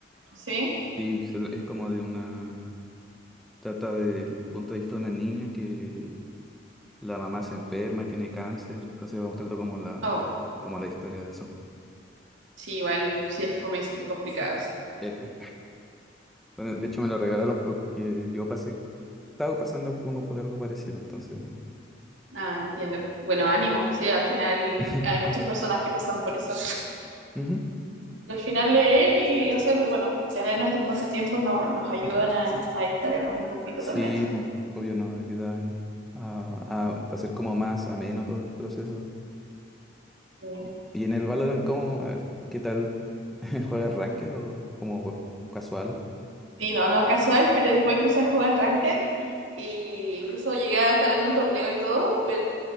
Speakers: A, on the right (about 90°); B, in the centre.
A: ¿Sí?
B: Sí, se- es como de una... Trata del punto de vista de una niña que la mamá se enferma y tiene cáncer, entonces va mostrando como la,
A: Oh,
B: como la historia de eso.
A: sí, igual sí es fome y súper complicado eso.
B: Eso. Bueno, de hecho me lo regalaron porque yo pasé, estaba pasando como por algo parecido, entonces...
A: Ah, entiendo. Bueno, ánimo. Sí, al final
B: <laughs>
A: hay muchas personas que pasan por eso.
B: Ujú.
A: Y al final leer y hacer, bueno, tener nuestros pasatiempos no, nos ayudan a, a distraernos un poquito
B: Sí,
A: también.
B: pues, obvio nos ayudan a, a hacer como más ameno todo el proceso.
A: Sí.
B: Y, y en el Valorant, ¿cómo? A ver, ¿qué tal? <laughs> ¿Juegas ranked o como web- casual?
A: Sí, no, no casual, pero después empecé a jugar Ranked y incluso llegué a estar en un torneo y todo, pero